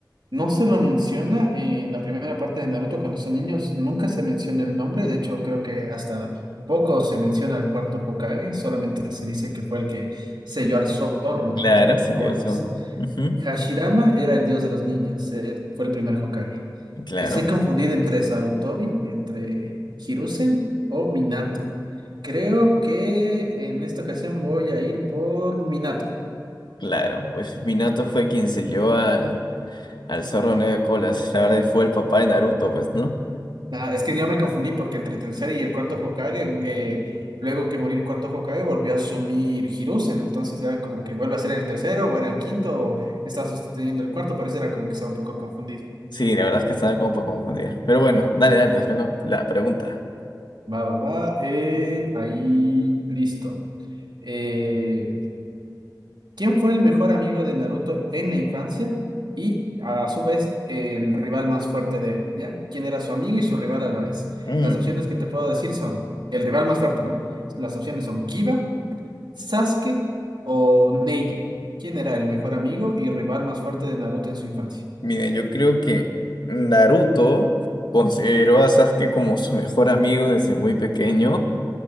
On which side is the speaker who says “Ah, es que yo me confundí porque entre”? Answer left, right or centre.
Right